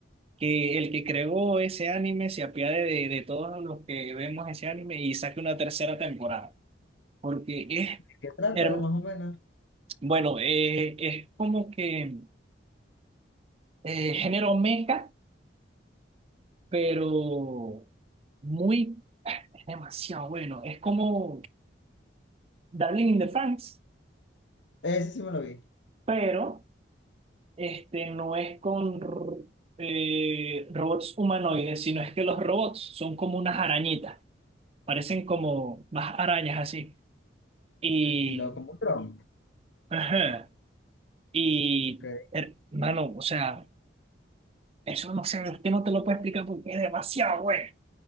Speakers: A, on the right; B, on the left.
A: que el que creó ese anime se apiade de, de todos los que vemos ese anime y saque una tercera temporada. Porque es...
B: ¿Qué trata,
A: hermoso
B: más o menos?
A: Bueno, eh, es como que eh, género meca, pero muy, ah, es demasiado bueno. Es como Darling in the Franxx,
B: Ese sí me lo vi.
A: pero este, no es con r- eh, robots humanoides, sino es que los robots son como unas arañitas, parecen como más arañas así. Y,
B: Estilo como un dron.
A: ajá, y
B: Ok.
A: hermano, o sea, eso no sé, es que no te lo puedo explicar porque es demasiado bueno.